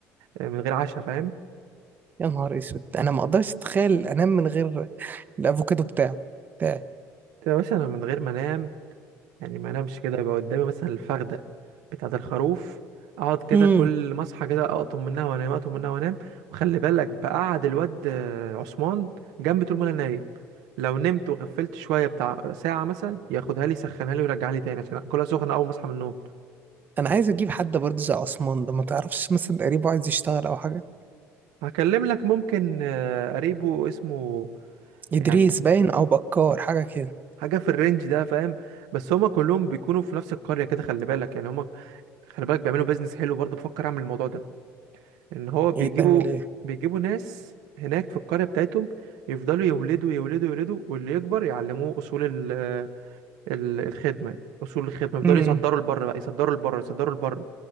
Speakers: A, on the right; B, on the right.
A: آه، من غير عشاء فاهم
B: يا نهار اسود انا ما اقدرش اتخيل انام من غير الافوكادو بتاعه بتاعي
A: كده مثلا انا من غير ما انام يعني ما انامش كده يبقى قدامي مثلا الفخده بتاعه الخروف اقعد كده
B: امم
A: كل ما اصحى كده اقطم منها وانام اقطم منها وانام وخلي بالك بقعد الواد آه، عثمان جنبي طول ما انا نايم لو نمت وغفلت شويه بتاع ساعه مثلا ياخدها لي يسخنها لي ويرجعها لي تاني عشان اكلها سخنه اول ما اصحى من النوم
B: انا عايز اجيب حد برضه زي عثمان ده ما تعرفش مثلا قريبه عايز يشتغل او حاجه
A: هكلم لك ممكن آه، قريبه اسمه
B: ادريس
A: يعني
B: باين او بكار حاجه كده
A: حاجه في الرينج ده فاهم بس هما كلهم بيكونوا في نفس القريه كده خلي بالك يعني هما خلي بالك بيعملوا بيزنس حلو برضه بفكر اعمل الموضوع ده ان هو بيجيبوا
B: ايه تعمل ايه
A: بيجيبوا ناس هناك في القريه بتاعتهم يفضلوا يولدوا يولدوا يولدوا واللي يكبر يعلموه اصول ال ال الخدمه اصول الخدمه يفضلوا
B: امم
A: يصدروا لبره بقى يصدروا لبره يصدروا لبره